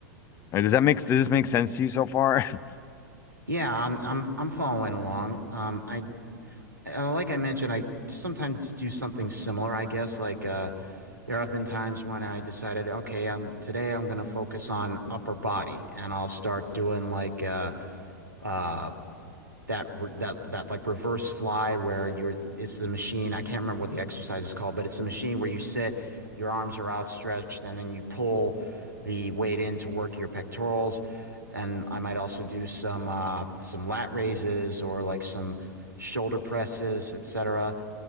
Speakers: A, on the left; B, on the right.
A: Uh, Does that make, does this make sense to you so far? <laughs>
B: Yeah, I'm I'm I'm following along. Um I uh, like I mentioned, I sometimes do something similar, I guess, like uh There have been times when I decided, okay, I'm today I'm gonna focus on upper body, and I'll start doing like uh uh that re that that like reverse fly where you're it's the machine. I can't remember what the exercise is called, but it's a machine where you sit, your arms are outstretched, and then you pull the weight in to work your pectorals. And I might also do some uh some lat raises or like some shoulder presses, etc.